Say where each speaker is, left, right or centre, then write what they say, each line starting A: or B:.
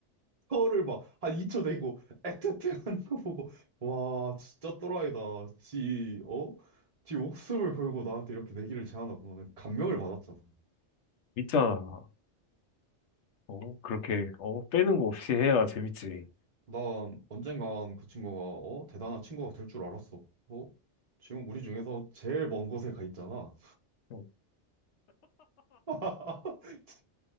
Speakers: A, on the right (about 35°); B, on the left (about 75°).
A: 혀를 막 한 2초 내고 애틋해 하는 거 보고 와, 진짜 또라이다. 지, 어? 지 목숨을 걸고 나한테 이렇게 내기를 제안하구나. 내가 감명을 받았잖아.
B: 재밌잖아. 어, 그렇게, 어, 빼는 거 없이 해야 재밌지.
A: 난 언젠간 그 친구가 어? 대단한 친구가 될 줄 알았어. 어? 지금 우리 중에서 제일 먼 곳에 가 있잖아.
B: 어,
A: <laughs>